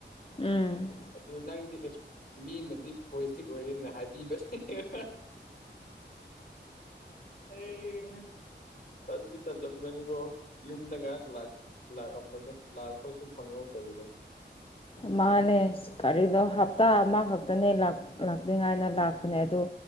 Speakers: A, on the left (about 30°); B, on the left (about 55°).
A: ꯎꯝ
B: ꯑꯗꯨ ꯅꯪꯗꯤ ꯃꯤꯅꯗꯤ ꯄꯣꯁꯇꯤꯞ ꯑꯣꯏꯔꯦꯅ ꯍꯥꯏꯕꯤꯕꯅꯦꯕ <inaudible> ꯑꯩ ꯇꯟꯗꯤ ꯇꯜꯂꯝꯒꯅꯤꯀꯣ ꯌꯨꯝꯗ ꯉꯍꯥꯛ ꯂꯥꯛꯑꯝꯕꯗꯣ ꯂꯥꯛꯄꯁꯨ ꯐꯪꯍꯧꯗꯕꯗꯣ
A: ꯃꯥꯅꯦ ꯀꯔꯤꯅꯣ ꯍꯞꯇꯥ ꯑꯃꯈꯛꯇꯅꯦ ꯂꯥꯛꯅꯤꯉꯥꯏꯅ ꯂꯥꯛꯄꯅꯦ ꯑꯗꯣ